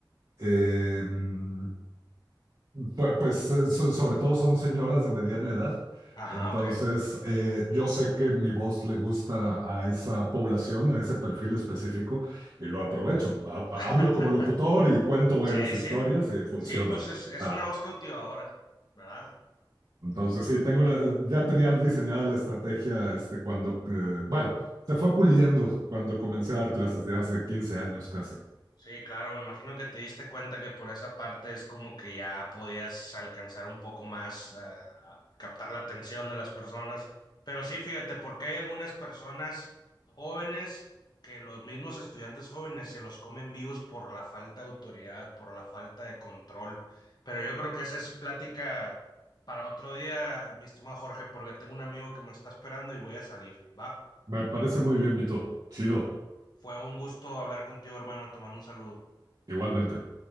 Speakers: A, on the right; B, on the left.
A: em, Pues, pues, eh, so- sobre todo son señoras de mediana edad,
B: Ajá,
A: entonces
B: ok.
A: eh, yo sé que mi voz le gusta a esa población, a ese perfil específico, y lo aprovecho. Ha- ha-
B: <laughs>
A: Hablo como locutor y cuento buenas
B: Sí,
A: historias
B: sí.
A: y funciona.
B: Sí, pues es, es
A: Ajá.
B: una voz cautivadora, ¿verdad?
A: entonces sí, tengo la- ya tenía diseñada la estrategia este, cuando, eh, bueno, se fue puliendo cuando comencé a dar clases de hace 15 años casi.
B: Sí, claro, me imagino que te diste cuenta que por esa parte es como que ya podías alcanzar un poco más, eh, a captar la atención de las personas. Pero sí, fíjate, porque hay algunas personas jóvenes que los mismos estudiantes jóvenes se los comen vivos por la falta de autoridad, por la falta de control. Pero yo creo que esa es plática para otro día, mi estimado Jorge, porque tengo un amigo que me está esperando y voy a salir, ¿va?
A: Me parece muy bien, Vito. Chido,
B: Fue un gusto hablar contigo, hermano, te mando un saludo.
A: igualmente.